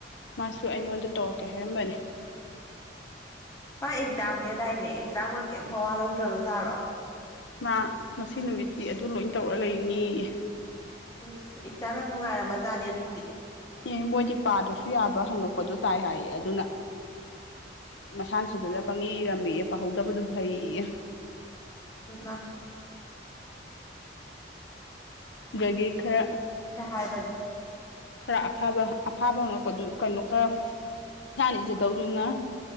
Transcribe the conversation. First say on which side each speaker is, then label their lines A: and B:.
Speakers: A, on the left; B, on the left.
A: ꯃꯥꯁꯨ ꯑꯩꯉꯣꯟꯗ ꯇꯧꯔꯛꯀꯦ ꯍꯥꯏꯔꯝꯕꯅꯦ
B: ꯃꯥ ꯑꯦꯛꯖꯥꯝꯅꯦꯗꯥꯏꯅꯦ ꯑꯦꯛꯖꯥꯝꯒ ꯀꯩꯝ ꯃꯋꯥ ꯂꯧꯗ꯭ꯔꯕꯖꯥꯠꯂꯣ
A: ꯃꯥ ꯉꯁꯤ ꯅꯨꯃꯤꯠꯇꯤ ꯑꯗꯨ ꯂꯣꯏ ꯇꯧꯔ ꯂꯩꯅꯦꯌꯦ
B: ꯏꯁ ꯑꯦꯛꯖꯥꯝ ꯌꯥꯝ ꯅꯨꯡꯉꯥꯏꯔꯝꯃꯖꯥꯠꯅꯦ ꯑꯗꯨꯗꯤ
A: ꯑꯦ ꯃꯣꯏꯗꯤ ꯄꯥꯗ꯭ꯔꯁꯨ ꯌꯥꯕ ꯍꯪꯉꯛꯄꯗꯣ ꯇꯥꯏ ꯍꯥꯏꯌꯦ ꯑꯗꯨꯅ ꯃꯁꯥꯅ ꯁꯥꯖꯜꯂꯒ ꯄꯪꯏ ꯏꯔꯝꯃꯤꯌꯦ ꯄꯥꯍꯧꯗꯕꯗꯨ ꯐꯩꯌꯦꯌꯦ
B: ꯍꯩꯃꯥ
A: ꯗꯒꯤ ꯈꯔ
B: ꯍꯥꯏꯕꯅꯤ
A: ꯈꯔ ꯑꯐꯥꯕ ꯑꯐꯥꯕ ꯍꯪꯉꯛꯄꯗꯨ ꯀꯩꯅꯣ ꯈꯔ ꯏꯁꯥꯅ ꯏꯖꯗꯧꯗꯨꯅ